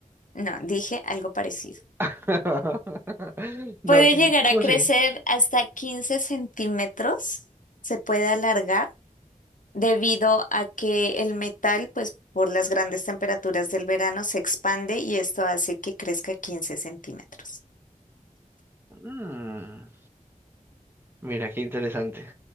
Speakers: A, on the left; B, on the right.
A: No, dije algo parecido.
B: <laughs> No,
A: Puede
B: que-
A: llegar
B: ¿cómo
A: a crecer
B: así?
A: hasta 15 centímetros, se puede alargar debido a que el metal, pues por las grandes temperaturas del verano, se expande y esto hace que crezca 15 centímetros.
B: Mm, mira, qué interesante.